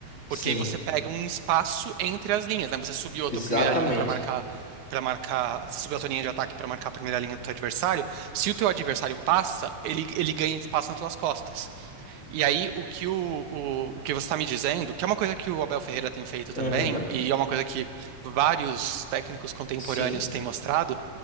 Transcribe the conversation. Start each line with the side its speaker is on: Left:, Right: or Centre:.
Left: Sim,
Right: Porque aí você pega um espaço entre as linhas, né? Você subiu
Left: exatamente.
Right: a tua primeira linha para marcar para marcar, você subiu a tua linha de ataque para marcar a primeira linha do teu adversário. Se o teu adversário passa, ele ele ganha espaço nas tuas costas. E aí, o que, o, o, o que você está me dizendo, que é uma coisa que o Abel Ferreira tem feito também,
Left: Aham,
Right: e é uma coisa que vários técnicos contemporâneos
Left: Sim,
Right: têm mostrado,